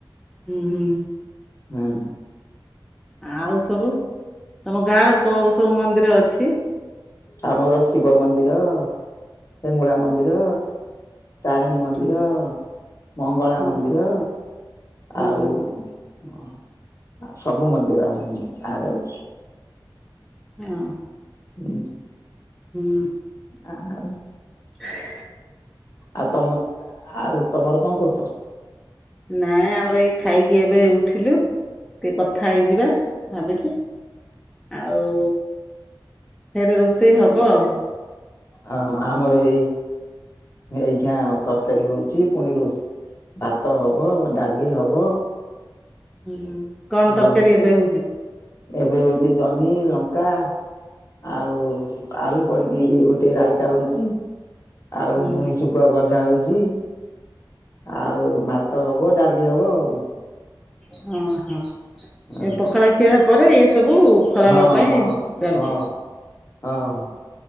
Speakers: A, in the centre; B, on the left.
A: ହୁଁ ହୁଁ।
B: ହୁଁ
A: ଆଉ ସବୁ ତମ ଗାଁରେ କୋଉ ସବୁ ମନ୍ଦିର ଅଛି?
B: ଆମର ଶିବ ମନ୍ଦିର ହେଙ୍ଗୁଳା ମନ୍ଦିର ତାରିଣୀ ମନ୍ଦିର
A: ହୁଁ
B: ମଙ୍ଗଳା
A: ହୁଁ
B: ମନ୍ଦିର
A: ହୁଁ
B: ଆଉ ହଁ ଆଉ ସବୁ ମନ୍ଦିର ଆମ ଗାରେ ଅଛି।
A: ହଁ
B: ହୁଁ
A: ହୁଁ
B: ଆ ହଉ
A: ହ <inaudible>
B: ଆଉ ତମ ଆଉ ତମର କଣ କରୁଛ?
A: ନାଇଁ ଆମର ଏଇ ଖାଇକି ଏବେ ଉଠିଲୁ ଟିକେ କଥା ହେଇଯିବା ଭାବିଲି ଆଉ ଫେରେ ରୋଷେଇ ହବ ଆଉ
B: ହଁ ଆମର ଏଇ ଏଇକ୍ଷିଣା ତରକାରୀ ହଉଛି ପୁଣି ରୋଷ ଭାତ ହବ ଡାଲି ହବ
A: ହୁଁ କଣ
B: ହଁ
A: ତରକାରୀ ଏବେ ହେଉଛି?
B: ଏବେ ହଉଛି ଜହ୍ନି ଲଙ୍କା ଆଉ ଆଳୁ ପଡିକି ଗୋଟେ ରାଇତା ହଉଛି। ଆଉ
A: ହୁଁ
B: ଲୁଣି ଶୁଖୁଆ ଭଜା ହଉଚି ଆଉ ଭା ତ ହବ ଡାଲି ହବ ଆଉ।
A: ହଁ ହଁ।
B: ଆଉ
A: ଏ ପଖାଳ ଖିଆ ପରେ ଏ ସବୁ ଖରାବେଳ
B: ହଁ
A: ପାଇଁ
B: ହଁ
A: ଚାଲିଛି।
B: ହଁ।